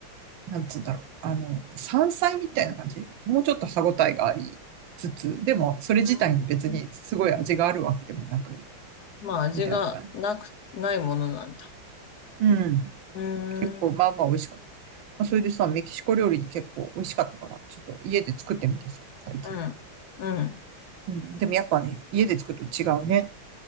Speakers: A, on the right; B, on the left.
A: なんつうんだろう。あの、山菜みたいな感じもうちょっと歯ごたえがありつつ、でもそれ自体に別にすごい味があるわけでもなく、
B: うーんまあ、味がなく、
A: みたいな感じ。
B: ないものなんだ。
A: うん。
B: うーん、
A: 結構まあまあ美味しかった。まあ、それでさ、メキシコ料理結構美味しかったから、ちょっと家で作ってみてさ、最近。
B: うん、うん。
A: うん。でもやっぱね、家で作ると違うね。